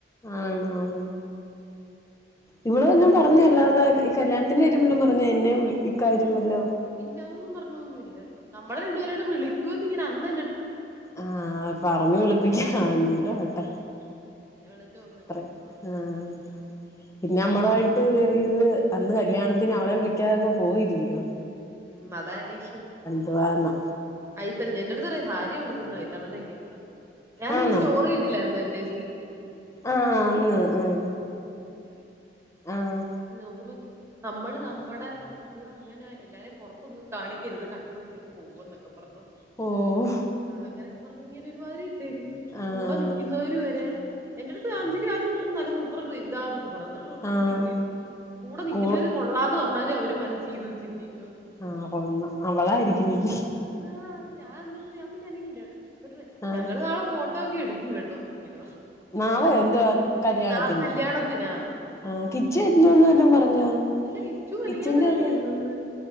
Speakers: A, on the left; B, on the right.
A: ആണോഹ ഇമ്മള് എല്ലാം പറഞ്ഞ അല്ലാതെ ഈ കല്യാണത്തിന്റെ കാര്രുല്ല അ എന്നെ വി ഇ കാര്യംമല്ലോ
B: ഇല്ലന്നും പറഞ്ഞോൊന്നുമില്ലല്ല നമ്മള രണ്ടുേരോവിടെ വിളിക്കുവന്ന് ഇങ്ങനെ ഒന്ന
A: ആഹ പറഞ്ഞു വിളിപ്പിക്ക എന്ന്തേലോ ട്ടെ
B: ഉം പിന്നെ വിളിച്ചു ഒന്ന്
A: അത്രേ ആഹ പിന്നെ നമ്മളയിട്ട് വറിയത് അന്ന് കല്യാണത്തിന് അവളെ വിളിക്കാതൊക്കെ പോവല്ലയോ
B: ഉം അതായിരിക്കും
A: തുാണ്
B: ആയിത്ത ഞൻന്റെറടുത്ത്റ ഹാര്രിയ കൊടുക്കും ന്നയി തണനക്ക ഉണ്ടോ ഞാനൊന്നും
A: ആണോ
B: സ്റ്റോറി ഇട്ടില്ലായിരുന്നു എൻറെ
A: ആഹ് അന്ന് ആഹ് ആഹ്
B: <unintelligible> <unintelligible> <unintelligible> നമ്മള് നമ്മുടെ എന്തുവാ എങ്ങനെ എല്ലാരും പുറത്തു ഒന്നും കാണി ഇത് കണ്ണുവെച്ച് അങ്ങ് പോകുമെന്ന് <unintelligible>
A: ഓഹ്
B: അങ്ങനെ ഇങ്ങനെ ഒരുമാതിരി ഇട്ടേക്കുന്ന
A: ആഹ്
B: കൂടെ നിൽക്കുന്നവരെ എന്റെ അടുത്ത് അഞ്ജലി ആദ്യം പറഞ്ഞ സൂപ്പർ ഇതാ <unintelligible>
A: ആഹ്
B: കൂടെ നിൽക്കുന്നവര്
A: കൂ
B: കൊള്ളാമെന്നു പറഞ്ഞലും അവരും <unintelligible>
A: ആ <unintelligible> അവളാരിക്കും ചേച്ചി
B: അതാ ഞാൻ അന്നിട്ട് ഞാൻ പിന്നെ അനങ്ങിലാട്ടോ ന്ന്ട്ട് പറയാ
A: ആഹ്
B: ഞങ്ങള് നാളെ ഫോ അത് എടുക്കും കേട്ടോ എന്ന് ഇങ്ങനെ പറഞ്ഞു.
A: നാളെ
B: ഞാൻ പറഞ്ഞു
A: എന്തുവാ
B: നാ
A: കല്യാണത്തിന്
B: നാ കല്യാണത്തിനാ
A: ആഹ് കിച്ചാ എന്തുവാന്ന് വല്ലോം പറഞ്ഞോ.
B: ഇല്ല കിച്ചു മിനിഞ്ഞാന്ന്
A: കിച്ചന്റെ
B: എങ്ങാണ്ട്
A: കാര്യം
B: ചെന്നെന്ന്,